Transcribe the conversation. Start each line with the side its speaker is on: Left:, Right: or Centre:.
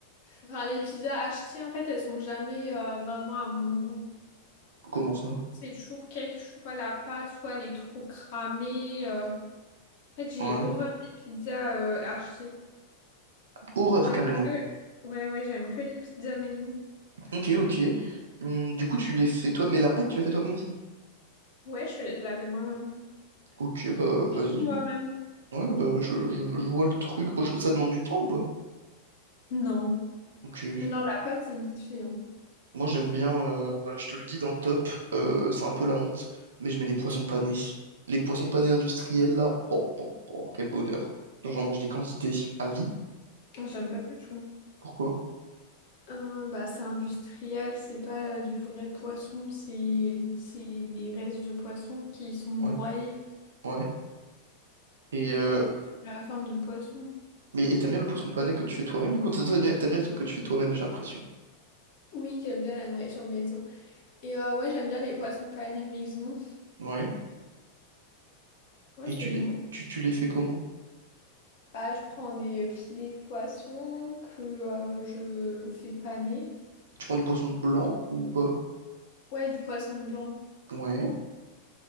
Left: Enfin, les pizzas achetées, en fait, elles sont jamais euh, vraiment à mon goût.
Right: comment ça?
Left: C'est toujours quelque chose, soit la pâte, soit elle est trop cramée. euh. En fait, j'ai
Right: Ouais.
Left: horreur des pizzas euh, achetées.
Right: Horreur,
Left: J'aime
Right: carrément.
Left: que... Ouais, ouais, j'aime que les pizzas maison.
Right: Ok, ok. Hum, du coup, tu les fais toi, mais la pâte, tu la fais toi-même aussi.
Left: Ouais, je, fais- je l'avais moi-même.
Right: Ok, bah, vas-y.
Left: Tout moi-même.
Right: hein. Ouais, bah, je, je, je vois le truc. Bon, je- ça demande du temps ou pas?
Left: Non.
Right: Ok.
Left: Non, la pâte, c'est vite fait. hein.
Right: Moi, j'aime bien, euh, voilà, je te le dis, dans le top, euh, c'est un peu la honte, mais je mets les poissons panés. Les poissons panés industriels, là, oh, oh, oh, quel bonheur. Genre, j'en mange des quantités à vie.
Left: J'aime pas du tout.
Right: Pourquoi?
Left: Euh, bah, c'est industriel, c'est pas du vrai poisson, c'est c'est des restes de poisson qui sont broyés
Right: Ouais, ouais. Et,
Left: et
Right: euh,
Left: remis sous la forme de poisson.
Right: mais et t'aimes bien le poisson pané que tu fais toi-même, du coup? T'aimes bien, t'aimes bien les trucs que tu fais toi-même, j'ai l'impression.
Left: Oui, j'aime bien la nourriture maison. Et euh, ouais, j'aime bien les poissons panés maison.
Right: Ouais.
Left: Ouais,
Right: Et
Left: c'est
Right: tu
Left: bon.
Right: les, tu, tu les fais comment?
Left: Bah, je prends des filets de poisson que euh, je fais paner.
Right: Tu prends du poisson blanc ou pas?
Left: Ouais, du poisson blanc.
Right: Ouais.